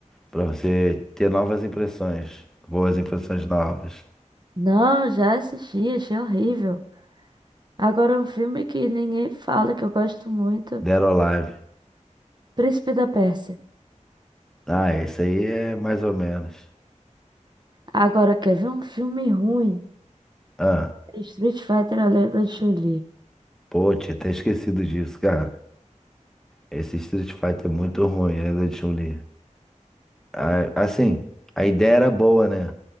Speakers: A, in the centre; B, on the right.
A: pra você ter novas impressões, boas impressões novas.
B: Não, já assisti, achei horrível. Agora um filme que ninguém fala, que eu gosto muito,
A: Dead or Alive.
B: Príncipe da Pérsia.
A: Ah, esse aí é mais ou menos.
B: Agora quer ver um filme ruim?
A: Ah,
B: É Street Fighter, A Lenda de Chun-Li.
A: pô, tinha até esquecido disso, cara. Esse Street Fighter é muito ruim, ainda de Chun-Li. A- Assim, a ideia era boa, né?